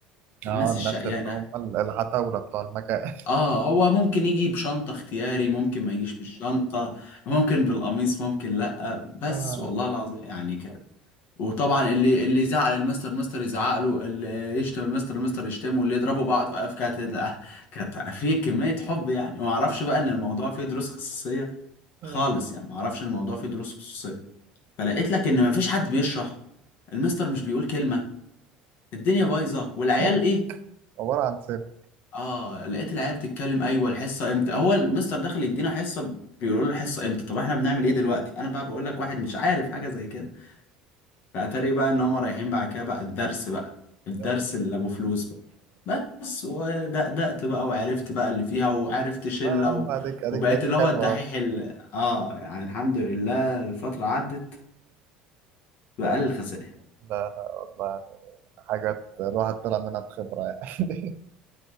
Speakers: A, on the right; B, on the left.
A: آه،
B: الناس
A: الناس
B: الشقيانة
A: اللي هم ال- العتاولة بتوع المكان <laughs>
B: اه هو ممكن يجي بشنطة اختياري ممكن ما يجيش بالشنطة ممكن بالقميص ممكن لأ بس
A: آه،
B: والله العظيم يعني كده وطبعا اللي اللي يزعل المستر مستر يزعق له اللي يشتم المستر المستر يشتمه واللي يضربوا بعض في كانت لا، <laughs> كانت في كمية حب يعني وما اعرفش بقى ان الموضوع فيه دروس خصوصية خالص
A: آه،
B: يعني ما اعرفش إن الموضوع فيه دروس خصوصية فلقيت لك ان ما فيش حد بيشرح المستر مش بيقول كلمة الدنيا بايظة والعيال
A: ثابت
B: ايه
A: عبارة عن ثابت
B: اه لقيت العيال بتتكلم ايوه الحصه امتى هو المستر داخل يدينا حصه بيقولوا له الحصه امتى طب احنا بنعمل ايه دلوقتي انا بقى بقول لك واحد مش عارف حاجه زي كده فاتاري بقى ان هم رايحين بعد كده بقى الدرس بقى الدرس
A: اه
B: اللي ابو فلوس بقى بس ودقدقت بقى وعرفت بقى اللي فيها وعرفت شله
A: يا عم
B: و...
A: اديك اديك
B: وبقيت
A: بقت
B: اللي هو
A: حلوة
B: الدحيح ال... اه يعني الحمد لله الفتره عدت
A: لا
B: بأقل الخسائر
A: لا لا والله حاجات الواحد طلع منها بخبرة يعني